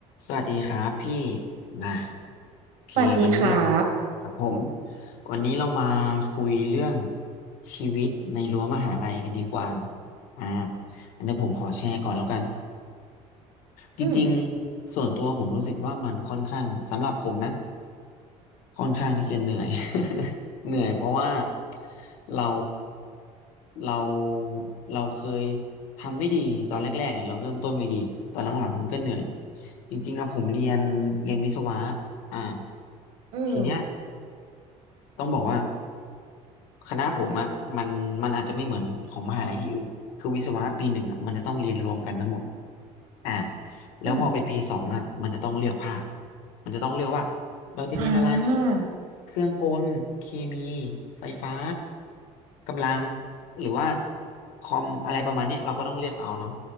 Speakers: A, on the left (about 80°); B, on the right (about 70°).
A: สวัสดีครับพี่มาโอเควันนี้เรา
B: สวัสดีครับ
A: ครับผมวันนี้เรามาคุยเรื่องชีวิตในรั้วมหาลัยกันดีกว่าอ่าอันนี้ผมขอแชร์ก่อนแล้วกัน จริงๆส่วนตัวผมรู้สึกว่ามันค่อนข้างสำหรับผมนะ
B: อืม
A: ค่อนข้างที่จะเหนื่อย <laughs> เหนื่อยเพราะว่าเราเราเราเคยทำไม่ดีตอนแรกๆไงเราเริ่มต้นไม่ดีตอนหลังๆมันก็เหนื่อยจริงๆอะผมเรียนเรียนวิศวะอ่า
B: อืม
A: ทีเนี้ย ต้องบอกว่าคณะผมอะมันมันอาจจะไม่เหมือนของมหาลัยที่อื่นคือวิศวะปีหนึ่งอะมันจะต้องเรียนรวมกันทั้งหมดอ่าแล้วพอไปปีสองอะมันจะต้องเลือกภาค
B: อืม
A: มันจะต้องเลือกว่าเราจะเรียนอะไร
B: อ่า
A: เครื่องกล เคมีไฟฟ้า กำลังหรือว่าคอมอะไรประมาณเนี้ยเราก็ต้องเลือกเอาเนาะ